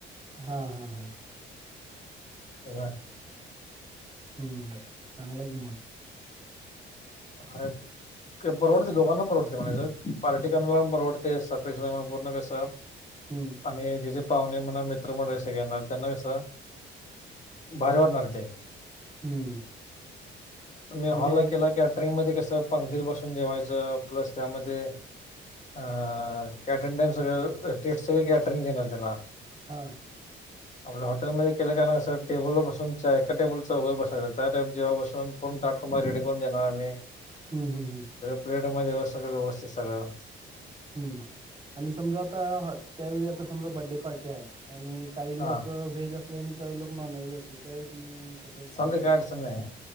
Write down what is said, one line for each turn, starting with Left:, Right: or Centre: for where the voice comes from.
Right: हा हा हा.
Left: <unintelligible>
Right: हम्! चांगलं कि मगं.
Left: <unintelligible> परवडते दोकान प पररवडते म्ह पार्टी करणाला प परवडते सपेक्ष पूर्ण कस, <inaudible>
Right: हम्म!
Left: आणि जे जे पाहुणे म्हणा मित्र मंसे घ येणार त्यांना कसं, भारी वाटणार ते,
Right: हम्म
Left: तुमी
Right: म्हणजे
Left: हॉलला केला कीड्रिंग मध्ये कस पंगतीत ब सून जेवायचं प्लस त्यामध्ये, अ कॅटरिंग टाइम सगळं टि सगळे कॅटरिंग जनल त्याला.
Right: हा
Left: आपल्या हॉटेलमध्ये केल्या कारणं कसं, टेबल बसून चा एका टेबलचा उघे बसायचचा त्या जे्हा बसून पण टा तुमला रेडी करून देणार आम्ही,
Right: हम् हम्म हम्.
Left: प्लेट मध्ये सगळं व्यवस्थित सगळं.
Right: हम्म, आणि समजा आता ह त्यावेळी आता समजा बर्डे पार्टी आहे आणि काही
Left: हा
Right: लोक व्हेज असले आणि काही लोक नॉन व्हेज असले त्यावेळी तुम्ही कसं
Left: चालते
Right: मॅनेज
Left: काय अडचण
Right: करता
Left: नाही